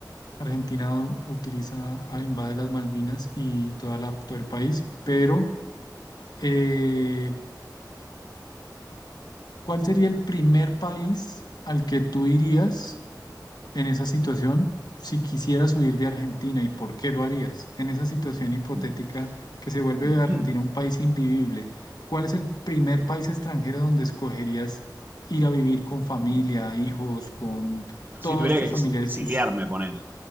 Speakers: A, on the left; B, on the right.
A: Argentina u- utiliza, ah, invade las Malvinas y toda la, todo el país, pero eh, ¿cuál sería el primer país al que tú irías? En esa situación, si quisieras huir de Argentina, ¿y por qué lo harías? En esa situación hipotética
B: Mm.
A: que se vuelve
B: Ujú.
A: Argentina un país invivible, ¿cuál es el primer país extranjero donde escogerías ir a vivir con familia, hijos, con
B: Si
A: todos
B: tuviera
A: tus
B: que ex-
A: familiares,
B: exiliarme,
A: tus
B: ponele.